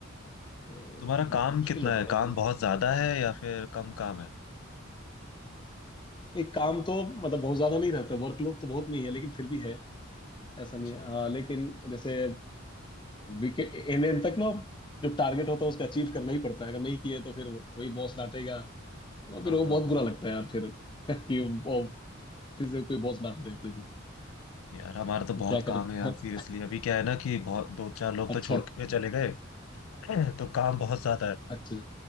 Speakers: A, on the left; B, on the left.
A: तो
B: तो तुम्हारा काम
A: मुश्किल
B: कितना
A: हो जाता
B: है काम
A: है थोड़ा
B: बहुत ज्यादा है या फिर कम काम है
A: एक काम तो मतलब बहुत ज्यादा नहीं रहता वर्कलोड तो बहुत नहीं है लेकिन फिर भी है ऐसा
B: अच्छा
A: नहीं है हाँ लेकिन जैसे विकेट एन एन तक ना जो टारगेट होता है उसका अचीव करना ही पड़ता है अगर नहीं किए तो फिर वही बॉस डांटेगा और
B: हाँ
A: फिर वो
B: हाँ
A: बहुत
B: हाँ
A: बुरा लगता है यार फिर <laughs> कि ऑफिस से कोई बॉस डांट दे अपने को
B: यार हमारा तो बहुत
A: क्या
B: काम
A: करे
B: है यार
A: <laughs>
B: सीरियसली अभी क्या है ना कि बहुत दो चार लोग तो
A: अच्छा
B: छोड़ के चले गए <clears throat> तो काम बहुत ज्यादा है
A: अच्छा